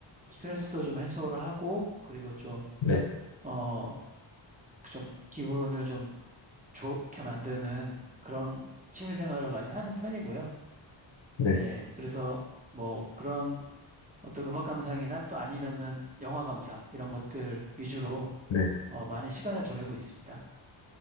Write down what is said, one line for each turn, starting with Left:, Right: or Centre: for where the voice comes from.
Right: 스트레스도 좀 해소를 하고, 그리고 좀,
Left: 네,
Right: 어, 좀 기분을 좀 좋게 만드는 그런 취미 생활을 많이 하는 편이고요.
Left: 네,
Right: 예, 그래서 뭐 그런 어떤 음악 감상이나 또 아니면은 영화 감상 이런 것들 위주로
Left: 네,
Right: 어, 많이 시간을 보내고 있습니다.